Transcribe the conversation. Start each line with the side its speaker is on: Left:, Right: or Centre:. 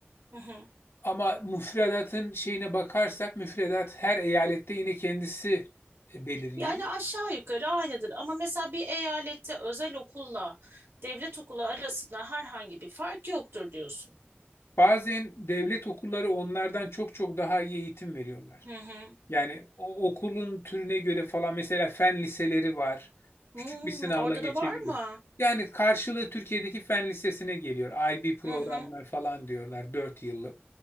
Right: hı hı.
Left: Ama müfredatın şeyine bakarsak müfredat her eyalette yine kendisi e, belirliyor.
Right: Yani aşağı yukarı aynıdır ama mesela bir eyalette özel okulla devlet okulu arasında herhangi bir fark yoktur diyorsun.
Left: Bazen devlet okulları onlardan çok çok daha iyi eğitim veriyorlar.
Right: Hı hı
Left: Yani o okulun türüne göre falan mesela fen liseleri var.
Right: Hmm,
Left: Küçük bir sınavla
Right: orada
Left: geçebilir.
Right: da var mı?
Left: Yani karşılığı Türkiye'deki fen lisesine geliyor. IB programlar
Right: Hı hı,
Left: falan diyorlar 4 yıllık.